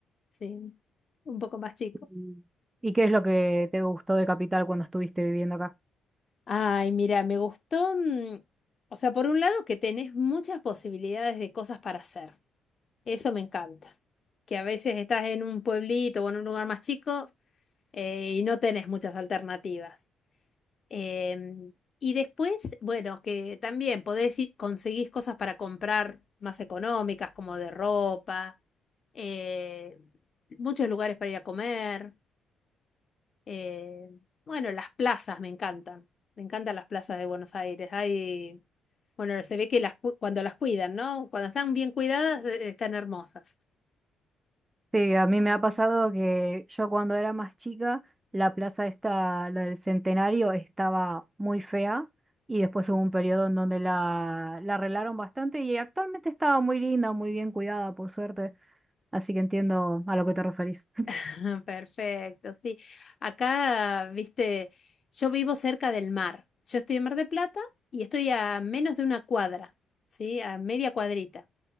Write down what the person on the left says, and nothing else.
sí, un poco más chico.
Ay, mira, me gustó, mm, o sea, por un lado que tenés muchas posibilidades de cosas para hacer, eso me encanta. Que a veces estás en un pueblito o en un lugar más chico eh, y no tenés muchas alternativas. Em, y después, bueno, que también podés ir- conseguís cosas para comprar más económicas, como de ropa, eh, muchos lugares para ir a comer. eh, bueno, las plazas me encantan. Me encantan las plazas de Buenos Aires. Hay, bueno, se ve que las, cu- cuando las cuidan, ¿no? Cuando están bien cuidadas, eh, están hermosas.
<laughs> Perfecto, sí. Acá, viste, yo vivo cerca del mar. Yo estoy en Mar de Plata y estoy a menos de una cuadra, ¿sí? A media cuadrita.